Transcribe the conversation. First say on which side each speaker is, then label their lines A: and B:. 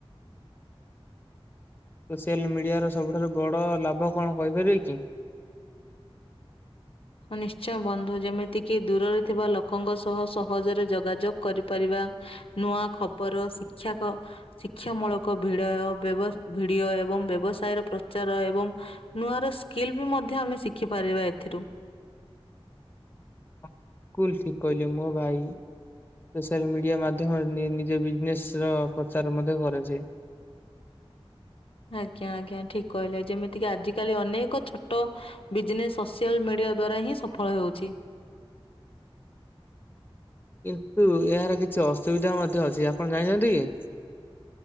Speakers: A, on the left; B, on the left.
A: ସୋସିଆଲ ମିଡିଆର ସବୁଠାରୁ ବଡ ଲାଭ କଣ କହିପାରିବେ କି? <inaudible>
B: ହଁ ନିଶ୍ଚୟ ବନ୍ଧୁ, ଯେମିତି କିି ଦୂରରେ ଥିବା ଲୋକଙ୍କ ସହ ସହଜରେ ଯୋଗାଯୋଗ କରିପାରିବା। ନୂଆ ଖବର, ଶିକ୍ଷକ ଶିକ୍ଷା ମୂଳକ ଭିଡ ବ୍ୟବ ଭିଡିଓ ଏବଂ ବ୍ୟବସାୟର ପ୍ରଚାର ଏବଂ ନୂଆ ର ସ୍କିଲ୍ ବି ମଧ୍ୟ ଆମେ ଶିଖିପାରିବା ଏଥିରୁ
A: ସ୍କୁଲ ଶି କହିଲ ମୋ ଭାଇ ସୋସିଆଲ ମିଡିଆ ମାଧ୍ୟମରେ ନିଜ ବିଜନେସ ର ପ୍ରଚାର ମଧ୍ୟ କରେଛ।
B: ଆଜ୍ଞା ଆଜ୍ଞା ଠିକ କହିଲେ, ଯେମିତିକି ଆଜିକାଲି ଅନେକ ଛୋଟ ବିଜନେସ୍ ସୋସିଆଲ ମିଡିଆ ଦ୍ଵାରା ହିଁ ସଫଳ ହେଉଛି।
A: କିନ୍ତୁ, ଏହାର କିଛି ଅସୁବିଧା ମଧ୍ୟ ଅଛି, ଆପଣ ଜାଣିଛନ୍ତି କି?